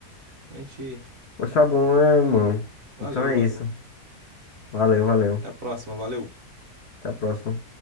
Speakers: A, on the right (about 55°); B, on the left (about 40°).
A: a gente.
B: Poxa, bom, é, mano.
A: Valeu,
B: Então é
A: valeu.
B: isso. Valeu, valeu.
A: Até a próxima. Valeu.
B: Até a próxima.